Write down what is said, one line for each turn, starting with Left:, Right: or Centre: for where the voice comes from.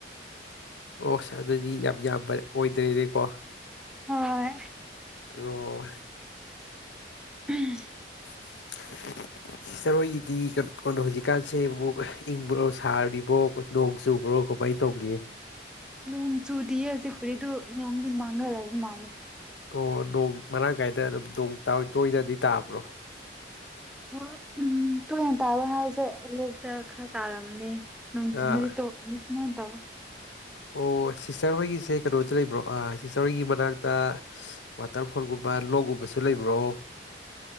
Left: ꯑꯣꯁ ꯑꯗꯨꯗꯤ ꯌꯥꯝ ꯌꯥꯝꯕ ꯑꯣꯏꯗ꯭ꯔꯦꯅꯦꯀꯣ
Centre: ꯍꯣꯏ
Left: ꯑꯣ
Centre: ꯎꯝ
Left: <inaudible> ꯁꯤꯁꯇꯔꯍꯣꯏꯒꯤꯗꯤ ꯀꯩꯅꯣ ꯀꯩꯅꯣ ꯍꯧꯖꯤꯛꯀꯥꯟꯁꯦ ꯑꯃꯨꯛ ꯏꯪꯕ꯭ꯔꯣ ꯁꯥꯔꯤꯕ꯭ꯔꯣ ꯅꯣꯡ ꯆꯨꯕ꯭ꯔꯣ ꯀꯃꯥꯏ ꯇꯧꯒꯦ
Centre: ꯅꯣꯡ ꯆꯨꯗꯤꯌꯦ <unintelligible> ꯅꯣꯡꯗꯤ ꯃꯪꯉꯒ ꯂꯩꯕ ꯃꯥꯜꯂꯦ
Left: ꯑꯣ ꯅꯣꯡ ꯃꯔꯥꯡ ꯀꯥꯏꯅ ꯑꯗꯨꯝ ꯅꯣꯡ ꯇꯥꯕ ꯇꯣꯏꯅꯗꯤ ꯇꯥꯕ꯭ꯔꯣ
Centre: ꯍꯣꯏ ꯎꯝ ꯇꯣꯏꯅ ꯇꯥꯕ ꯍꯥꯏꯁꯦ ꯑꯌꯨꯛꯇ ꯈꯔ ꯇꯥꯔꯝꯅꯤ ꯅꯨꯡꯊꯤꯟꯗꯗꯤ
Left: ꯑꯥ
Centre: ꯇꯣ ꯁꯨꯃꯥꯢꯅ ꯇꯧꯏ
Left: ꯑꯣ ꯁꯤꯁꯇꯔ ꯍꯣꯏꯒꯤꯁꯦ ꯀꯩꯅꯣꯗ ꯂꯩꯕ꯭ꯔꯣ ꯑꯥ ꯁꯤꯁꯇꯔ ꯍꯣꯏꯒꯤ ꯃꯅꯥꯛꯇ ꯋꯥꯇꯔꯐꯣꯜꯒꯨꯝꯕ ꯂꯣꯛ ꯀꯨꯝꯕꯁꯨ ꯂꯩꯕ꯭ꯔꯣ